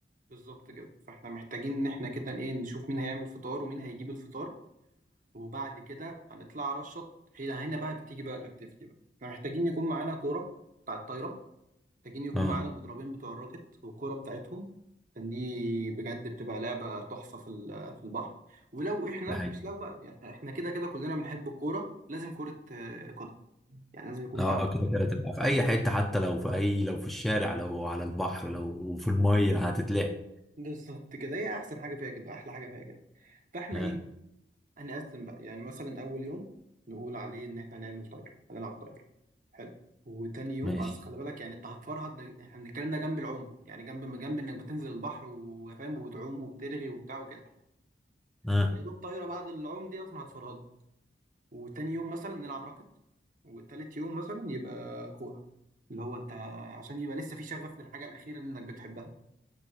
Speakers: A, on the right; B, in the centre.
A: بالظبط كده فاحنا محتاجين ان احنا كده ايه نشوف مين هيعمل فطار ومين هيجيب الفطار وبعد كده هنطلع على الشط هنا هنا بقى بتيجي بقى الاكتيفيتي بقى احنا محتاجين يكون معانا كوره بتاع الطايره محتاجين يكون
B: اه
A: معانا مضربين بتوع الراكت والكوره بتاعتهم عشان دي بجد بتبقى لعبه تحفه في ال- في البحر ولو احنا
B: ده حقيقي
A: مش لو بقى يعني احنا كده كده كلنا بنحب الكوره لازم كوره آه، قدم يعني لازم يكون
B: اه
A: معانا
B: كده كده تبقى في اي حتة حتى لو في اي لو في الشارع لو على البحر لو في المية هتتلاقي
A: <laughs> بالظبط كده هي احسن حاجه فيها كده احلى حاجه فيها كده فاحنا
B: اه
A: ايه هنقسم بقى يعني مثلا أول يوم نقول عليه إن إحنا هنعمل طايرة هنلعب طايرة حلو وتاني يوم
B: ماشي
A: بس خلي بالك يعني أنت هتفرهد ده إحنا بنتكلم ده جنب العوم يعني جنب ما جنب إنك بتنزل البحر وفاهم وبتعوم وبترغي وبتاع وكده
B: اه
A: فأنت يا دوب طايرة بعد العوم دي أصلا هتفرهده وتاني يوم مثلا نلعب راكت والتالت يوم مثلا يبقى كورة اللي هو أنت عشان يبقى لسه في شغف للحاجة الأخيرة اللي إنك بتحبها